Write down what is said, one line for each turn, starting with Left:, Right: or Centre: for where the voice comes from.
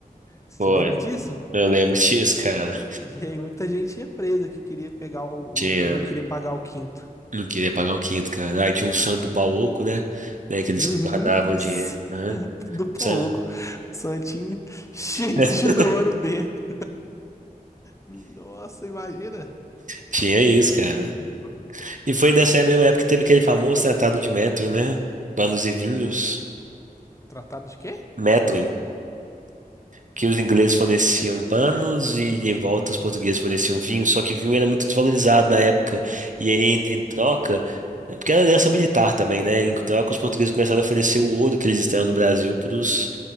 Left: Você
Right: Foi.
Left: lembra disso?
Right: Eu lembro <laughs> disso, cara.
Left: E aí muita gente ia presa que queria pegar o,
Right: Tinha.
Left: o- e não queria pagar o quinto.
Right: Não queria pagar um quinto, cara. Aí tinha um santo do pau oco, né? Né, que eles
Left: Uhum,
Right: guardavam
Left: o
Right: dinheiro.
Left: santo
Right: né?
Left: do pouco.
Right: San-
Left: Um santinho cheio
Right: <laughs>
Left: de ouro dentro. Nossa, imagina.
Right: Tinha isso, cara.
Left: Rico.
Right: E foi nessa mesma época que teve aquele famoso tratado de Methuen, né? Panos e vinhos.
Left: Tratado de quê?
Right: Methuen. Que os ingleses forneciam panos e em volta os portugueses forneciam vinho. Só que vinho era muito desvalorizado na época. E aí, em, em troca. é Porque era aliança militar também, né? Em troca, os portugueses começaram a oferecer o ouro que eles extraíam do Brasil para os